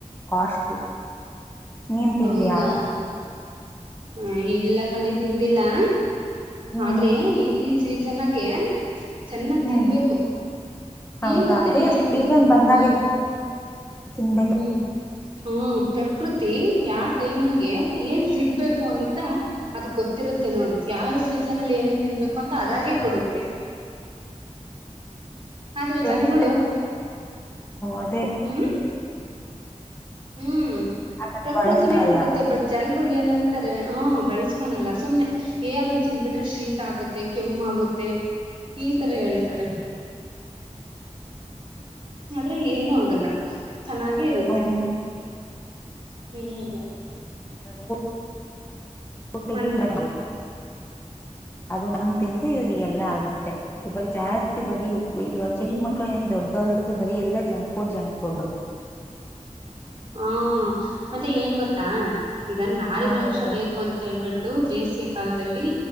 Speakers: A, on the left (about 20°); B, on the right (about 45°).
A: ಕಾಸ್ಟ್ಲಿ. ನೀನ್ ತಿಂದಿಯಾ
B: ಹೌದಾ ಹಾ ಇಲ್ಲ ಕಣೆ ತಿಂದಿಲ್ಲಾ
A: ಹ್ಮ್
B: ಆದ್ರೆ ಈ ಈಗ ಸೀಸನನಾಗೆ ಚೆನ್ನಾಗ
A: ಹ್ಮ್
B: ತಿನ್ಬೇಕು
A: ಹೌದಾ
B: ಎನ್ನ ಗೊತ್ತೇನೆ
A: ಅದೇ
B: ಇದು
A: ಬಂದಾಗೆ
B: ಹ್ಮ್
A: ತಿನ್ಬೇಕು
B: ಹ್ಮ್ ಹಾ ಪ್ರಕೃತಿ ಯಾವ ಟೈಮ್ಗೆ ಏನ್ ಸಿಗ್ಬೇಕು ಅಂತ ಅದು ಗೊತ್ತಿರುತ್ತೆ ನೋಡು ಯಾವ ಸೀಸನ್ ಅಲ್ಲಿ ಏನೇನ್ ತಿನ್ಬೇಕು ಅಂತ ಅದಾಗೆ ಕೊಡುತ್ತೆ ಆದ್ರೆ
A: ಬೆಳೆನೂ
B: ಜನಗಳು
A: ಅದೇ
B: ಹ್ಮ್ ಹ್ಮ್
A: ಅದನ್ನ
B: ಪ್ರಕೃತಿನೇ
A: ಬಳಸ್ಕೊಳಲ್ಲ
B: ಕೊಡುತ್ತೆ ಬಟ್ ಜನ ಏನಂತಾರೆ ಹ ಬೆಳಸ್ಕೊಳಲ್ಲ ಸುಮ್ನೆ ಏದನ್ ತಿನ್ಬಿಟ್ರೆ ಶೀತ ಆಗುತ್ತೆ ಕೆಮ್ಮಗುತ್ತೆ ಈ ತರ ಹೇಳ್ತಾರೆ ಆದ್ರೆ ಏನು ಆಗಲ್ಲ <inaudible> ಚೆನ್ನಾಗೆ ಇರುತ್ತೆ
A: ಹ್ಮ್
B: ಹ್ಮ್- ಹ್ಮ್
A: <inaudible> ಗುಟ್ಟಿಗೆ
B: ಮತ್
A: <unintelligible> ಅದೊಂದಂದು ತಿಂದೀ ಇವ್ರರಿಗೆಲ್ಲಾ ಆಗುತ್ತೆ ಇವಾಗ ಜಾಸ್ತಿ ಬರೀ ಇಗ ಚಿಕ್ಕಕ್ಳ
B: ಹ್ಮ್
A: ಏನ್ ದೊಡ್ಡೊರ ಬರಿ ಎಲ್ಲಾ ಜಂಕ್ ಫುಡ್ ಜಂಕ್ ಫುಡ್
B: ಹಾ ಮತ್ತೆ ಏನ್ ಗೊತ್ತಾ ಈಗ ನಾರಿನ
A: ಹಾ
B: ಅಂಶ
A: ಹೇಳು
B: ಬೇಕು ಅಂತ ಹೇಳ್ಬಿ ಬೇಸಿಗೆ ಕಾಲದಲ್ಲಿ